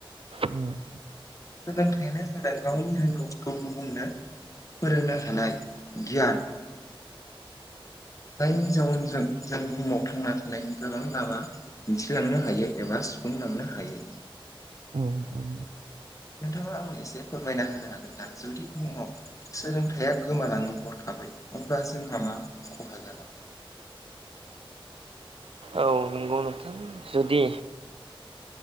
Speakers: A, on the right; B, on the left.
A: उम।
B: सोलोंथाइयानो जादों गावनि रोंगौथिखौ गुबुंनो फोरोंनो हानाय गियान। जायनि जाउनजों जों बुहुमाव थांना थानायनि गोबां लामा दिन्थिलांनो हायो एबा सुफुंलांनो हायो।
A: औ औ।
B: नोंथाङा आं एसे फोरमायना होनो हागोन ना जुदि बुहुमाव सोलोंथाइया गोमालाङो हरखाबै अब्ला जोंहा मा खहा जागोन।
A: औ नंगौ नोंथां जुदि